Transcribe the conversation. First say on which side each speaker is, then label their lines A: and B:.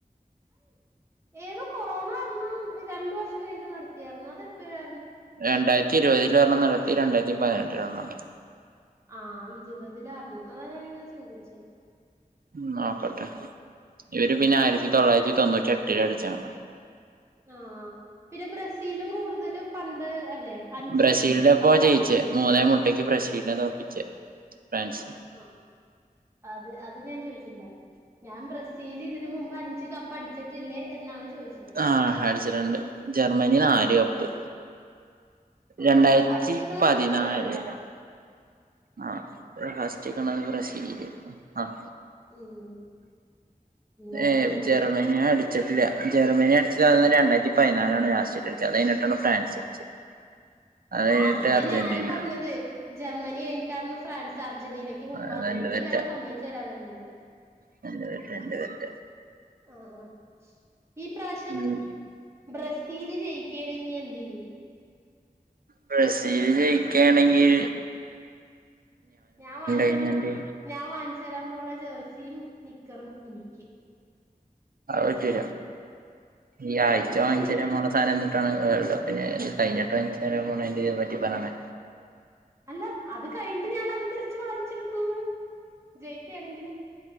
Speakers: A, on the right; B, on the right.
A: ഏത് കൊറോണ കാർണം രണ്ട് വർഷം കഴിഞ്ഞിട്ടു നടത്തിയാർന്നു. അതെപ്പോഴാ
B: രണ്ടായിരത്തി ഇരുപതില് ഒരണം നടത്തി. രണ്ടായിരത്തി പതിനെട്ടില് <unintelligible>
A: ആഹ് ഇരുപതിലാർന്നു. അതാ ഞാനിങ്ങനെ ചിന്തിച്ചേ.
B: ഉ നോക്കട്ടെ. ഇവര് പിന്നെ ആയിരത്തി തൊള്ളായിരത്തി തൊണ്ണൂറ്റി എട്ടില് അടിചാണ്.
A: ആഹ പിന്നെ ബ്രസീലും കൂടുതല് പണ്ട്, അല്ലേ അഞ്ച്
B: ബ്രസീലിന്റെപ്പോ
A: കപ്പാ
B: ജയിച്ചേ. മൂന്നേ മുട്ടയ്ക്ക് ബ്രസീലിനെ തോപ്പിച്ചേ ഫ്രാൻസ്.
A: ആ അത് അത് ഞാൻ ചോയിച്ചില്ല. ഞാൻ ബ്രസ് സീല് ഇതിന് മുമ്പ് അഞ്ച് കപ്പ് അടിച്ചിട്ടില്ലേ എന്നാണ് ചോദിച്ചത്.
B: ആഹ അടിച്ചിട്ടുണ്ട്. ജർമ്മനി നാല് കപ്പ്.
A: ആഹ്
B: രണ്ടായിരത്തി
A: അപ്പൊ ഫസ്റ്റ് നിക്കണ
B: പതിനാല്.
A: ബ്രസീലാണല്ലേ
B: ആ ഫസ്റ്റ് നിക്കണത് ബ്രസീല്. ആ
A: ഉം. എന്തായാലും
B: ഏ
A: നന്നായി
B: ജർമനിനെ അടി അടിച്ചിട്ടില്ല. ജർമനി അടിച്ചു അന്ന ത് രണ്ടായിരത്തി പതിനാലാണ് ലാസ്റ്റ് <unintelligible> അടിച്ചത്. അത് കഴിഞ്ഞട്ടാണ് ഫ്രാൻസ്. അടിച്ചത് അത്
A: ആ
B: കഴിഞ്ഞിട്ട്
A: അതല്ലേ
B: അർജന്റീന
A: ഞാനും പറഞ്ഞത്. ജർമ്മനി കഴിഞ്ഞട്ടായിരുന്നു ഫ്രാൻസ്, അർജന്റീനയ്ക്ക് മുമ്പാന്ന്.
B: അത് എന്റെ
A: നീയല്ലേ
B: തെറ്റാ
A: അപ്പ സമ്മയച്ചുതരാതിരുന്നെ.
B: <unintelligible>
A: ആ ആ ഈ പ്രാവശ്യം
B: ഉം
A: ബ്രസീല് ജയിക്കെണ് നീ എന്ത് ചെയ്യും?
B: ബ്രസീല് ജയിക്കേണെങ്കിൽ,
A: ഞാൻ വാങ്ങിച്ചന്ന,
B: കഴിഞ്ഞാണ്ട്
A: ഞാൻ വാങ്ങിച്ച തരാൻ പോണ ജേഴ്സിയും, നിക്കറും എനിക്ക്.
B: ഓക്കേ. ഈ ആഴ്ച
A: അതെന്താ
B: വങ്ങിച്ചരാപോണ സാധനം എന്ത് ഇത്തവണ വേൾഡ് കപ്പിന് കഴിഞ്ഞട്ട്, വാങ്ങിച്ചരാൻ പോണേനെ പറ്റി പറയണേ.
A: അല്ല അത് കഴിഞ്ഞിട്ട് ഞാനത് തിരിച്ച് വാങ്ങിച്ചെടുക്കൂന്ന്. ജയിക്കെണേങ്കില്.